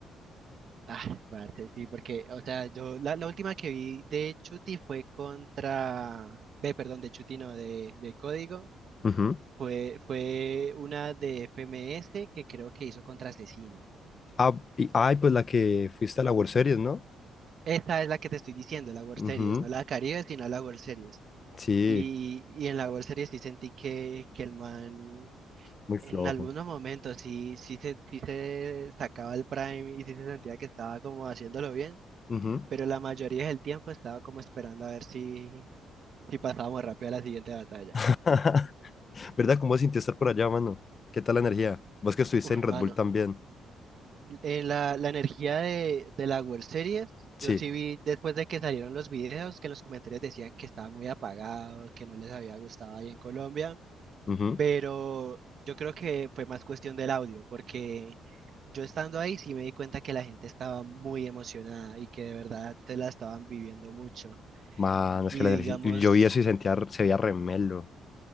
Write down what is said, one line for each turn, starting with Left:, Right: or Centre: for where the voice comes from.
Right: Ah, vale, sí, porque, o sea, yo la, la última que vi de Chuti fue contra, ve, perdón, de Chuti no, de, de Código,
Left: Ujú.
Right: fue, fue una de FMS que creo que hizo contra Asesino.
Left: Ah, y, ay, pues la que fuiste a la World Series, ¿no?
Right: Esta es la que te estoy diciendo, la World Series,
Left: Ujú,
Right: no la Caribe, sino la World Series.
Left: Sí,
Right: Y, y en la World Series sí sentí que, que el man
Left: Muy flojo.
Right: En algunos momentos sí, sí se, sí se sacaba el prime y sí se sentía que estaba como haciéndolo bien,
Left: ujú.
Right: pero la mayoría del tiempo estaba como esperando a ver si, si pasábamos rápido a la siguiente batalla.
Left: <laughs> ¿Verdad? ¿Cómo sentí estar por allá, mano? ¿Qué tal la energía? Vos que estuviste
Right: Uf,
Left: en Red
Right: mano,
Left: Bull también.
Right: en la, la energía de, de la World Series,
Left: Sí.
Right: yo sí vi después de que salieron los videos que en los comentarios decían que estaba muy apagado, que no les había gustado ahí en Colombia.
Left: Ujú.
Right: pero yo creo que fue más cuestión del audio, porque yo estando ahí sí me di cuenta que la gente estaba muy emocionada y que de verdad se la estaban viviendo mucho.
Left: Mano,
Right: Y
Left: es que la
Right: digamos,
Left: energía. Yo vi eso y sentía, se veía remelo.